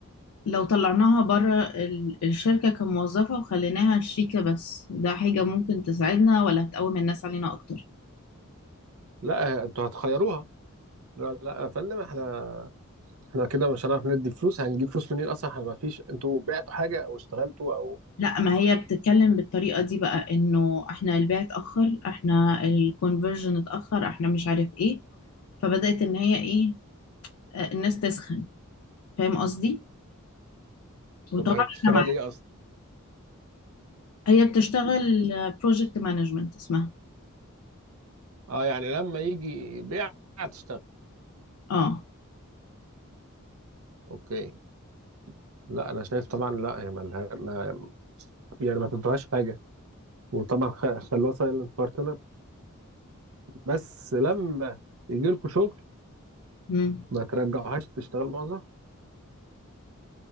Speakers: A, on the left (about 85°); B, on the right (about 70°).
A: لو طلعناها بره ال- الشركة كموظفة وخليناها شريكة بس ده حاجة ممكن تساعدنا ولا هتقوم الناس علينا أكتر
B: لا انتوا هتخيروها لا لا يا فندم احنا احنا كده مش هنعرف ندي فلوس هنجيب فلوس منين اصلا احنا ما فيش انتوا بعتوا حاجه او اشتغلتوا او
A: لا ما هي بتتكلم بالطريقة دي بقى إنه إحنا البيع اتأخر إحنا الكونفرجن اتأخر إحنا مش عارف إيه فبدأت إن هي إيه آه، الناس تسخن فاهم قصدي وطبعا
B: طب وهي بتشتغل
A: إحنا مع
B: ايه اصلا
A: هي بتشتغل بروجكت مانجمنت اسمها
B: اه يعني لما يجي بيع تشتغل
A: اه
B: اوكي لا انا شايف طبعا لا هي مالها ما يعني ما تدوهاش حاجه وطبعا خ- خلوها سايلنت بارتنر بس لما يجي لكم شغل
A: مم.
B: ما ترجعوهاش تشتغل موظف